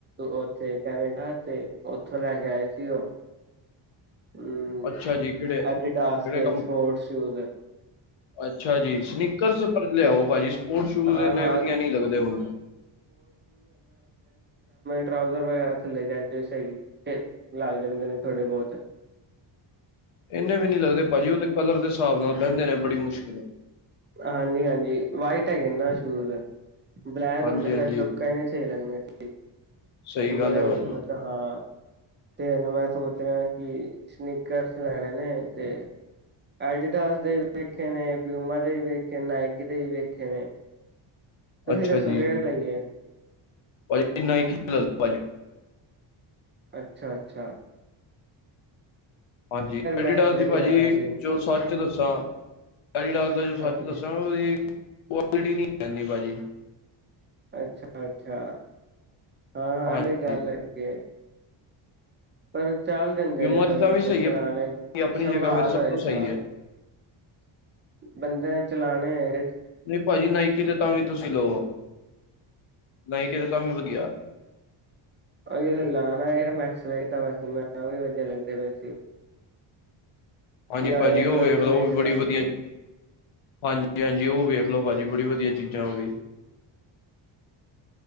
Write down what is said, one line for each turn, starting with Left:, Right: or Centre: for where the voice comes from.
Right: ਉੱਥੇ ਕੈਨੇਡਾ ਤੇ ਉਓਥੋਂ ਲੈ ਕੇ ਆਏ ਸੀ ਉਹ ਹਮ
Left: ਅੱਛਾ ਜੀ ਕਿਹੜੇ
Right: ਐਡੀਟਾਸ
Left: ਕਿਹੜੇ
Right: ਦੇ
Left: ਕੰਮ
Right: ਸਪੋਰਟਸ ਸ਼ੂਜ
Left: ਅੱਛਾ ਜੀ ਸਨਿਕ ਕਰ ਲਿਆਓ
Right: ਤੇ
Left: ਭਾਜੀ ਸਪੋਰਟ ਸ਼ੂਜ
Right: ਹਾਂ
Left: ਇੰਨੇ
Right: ਹਾਂ
Left: ਵਧੀਆ ਨਹੀਂ ਲੱਗਦੇ ਹਣ
Right: ਟਰਾਾਊਜ਼ਰ ਵਗੈਰਾ ਥੱਲੇ ਜਾਂਦੇ ਸ ਲਗ ਜਾਂਦੇ ਨੇ ਥੋੜੇ ਬਹੁਤ
Left: ਇੰਨੇ ਵੀ ਨਹੀਂੀ ਲੱਗਦੇ ਭਾਜੀ ਉਹਦੇ ਕਲਰ ਦੇ ਹਿਸਾਬ ਨਾਲ ਬਹਿੰਦੇ ਨੇ ਬੜੀ ਮੁਸ਼ਕਿਲ
Right: ਹਾਂਜੀ ਹਾਂਜੀ ਵਾਈਟ ਹੈਗੇ ਨਾ ਸ਼ੂਜ ਬਲੈਕ
Left: ਹਾਂਜੀ-ਹਾਂਜੀ
Right: ਹੁੰਦੇ ਫਿਰ ਤੁਕੇ ਹੀ ਨਹੀਂ ਸੀ ਲੱਗਣੇ ਸਹੀ
Left: ਸਹੀ ਗੱਲ
Right: ਵੈਲ
Left: ਹੈ ਭਾਜੀ
Right: ਮਤਲਬ ਹਾਂ ਤੇ ਉਹਨੂੰ ਮੈਂ ਸੋਚ ਰਿਹਾ ਕਿ ਸਨੀਕਰਸ ਲੈਣੇ ਨੇ ਤੇ ਐਡੀਦਾਸ ਦੇ ਵੇਖੇ ਨੇ ਪਿਊਮਾ ਦੇ ਵੇਖੇ ਨੇ ਨਾਇਕੀ ਦੇ ਵੀ ਵੇਖੇ ਨੇ ਤੁਸੀਂ
Left: ਅੱਛਾ
Right: ਦੱਸੋ
Left: ਜੀ
Right: ਕਿਹੜੇ ਲਈ ਆ
Left: ਭਾਜੀ ਨਾਇਕੀ ਲੈ ਲਓ
Right: ਅੱਛਾ ਅੱਛਾ
Left: ਹਾਂਜੀ ਐਡੀਡਾਸ
Right: ਮੈਕਸ ਵੇਖਦਾ
Left: ਦੀ ਭਾਜੀ
Right: ਪਿਆ ਸੀ।
Left: ਚਲੋ ਸੱਚ ਦੱਸੋ ਸਾ ਐਡੀਡਾਸ ਦਾ ਜੋ ਸੱਚ
Right: ਹਾਂਜੀ,
Left: ਦੱਸਾ ਉਹਦੀ ਕੁਆਲਿਟੀ ਨਹੀਂ ਇਨੀ ਭਾਜੀ
Right: ਅੱਛਾ ਅੱਛਾ ਹਾਂ
Left: ਹਾਂਜੀ
Right: ਹਾਂ ਐ ਵੀ ਗੱਲ ਹੈਗੀ ਪਰ ਚਲ ਦਿੰਦੇ
Left: ਯੂਮਾ
Right: ਨੇ
Left: ਦੀ
Right: ਪਰ
Left: ਤਾਂ ਵੀ
Right: ਮਤਲਬ
Left: ਸਹੀ
Right: ਚਲਾਣੇ
Left: ਹੈ ਭਾਜੀ, ਆਪਣੀ
Right: ਸੰਭਾਲ
Left: ਜਗ੍ਹਾ ਫਿਰ ਸਭ
Right: ਹੋਏ
Left: ਤੋਂ ਸਹੀ
Right: ਹਾਂ
Left: ਹੈ
Right: ਬੰਦੇ ਨੇ ਚਲਾਣੇ ਨਹੀਂ ਏ
Left: ਨਹੀਂ ਭਾਜੀ ਨਾਈਕੀ ਦੇ ਤਾ ਵੀ ਤੁਸੀਂ ਲਓ ਨਾਇਕੀ ਦੇ ਤਾਂ ਵੀ ਵਧੀਆ
Right: ਇਹੀ ਲੈ ਲਾਂਗਾ <unintelligible> ਵਧੀਆ ਲੱਗਦੇ ਪਏ ਸੀ
Left: ਹਾਂਜੀ
Right: ਜਾਂ
Left: ਭਾਜੀ
Right: ਇਹ
Left: ਉਹ
Right: ਟਰੰਕ
Left: ਵੇਖਲੋ
Right: ਵੇਖ
Left: ਉਹ ਵੀ ਬੜੀ
Right: ਰਿਹਾ
Left: ਵਧੀਆ
Right: ਸੀ।
Left: ਹਾਂਜੀ ਹਾਂਜੀ ਉਹ ਵੇਖ ਚਲੋ ਭਾਜੀ ਬੜੀ ਵਧੀਆ ਚੀਜ਼ਾਂ ਹੋਗੀ